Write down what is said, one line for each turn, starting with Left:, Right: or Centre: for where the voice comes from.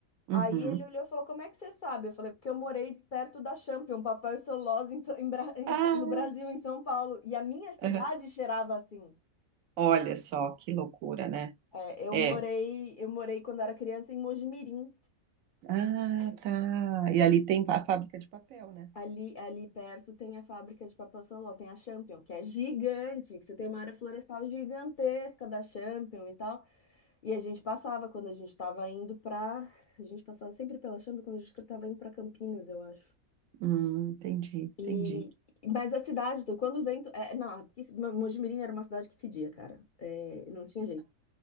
Right: uhum.
Left: Aí ele olhou e falou: como é que você sabe? Eu falei: porque eu morei perto da Champion, papel e celulose em, Sa- em Bra- em
Right: Ah,
Left: Sa- no Brasil, em São Paulo, e a minha cidade
Right: uhum.
Left: cheirava assim.
Right: Olha só que loucura, né?
Left: É, eu
Right: É.
Left: morei, eu morei quando era criança em Mojimirim.
Right: Ah, tá. E ali tem a fábrica de papel, né?
Left: Ali, ali perto tem a fábrica de papel Soló, tem a Champion, que é gigante, que você tem uma área florestal gigantesca da Champion e tal. E a gente passava quando a gente estava indo pra. A gente passava sempre pela Champion quando a gente estava indo pra Campinas, eu acho.
Right: Hum, entendi,
Left: E
Right: entendi.
Left: mas a cidade, então, quando o vento, é, não, porque Mojimirim era uma cidade que fedia, cara. É, não tinha jeito.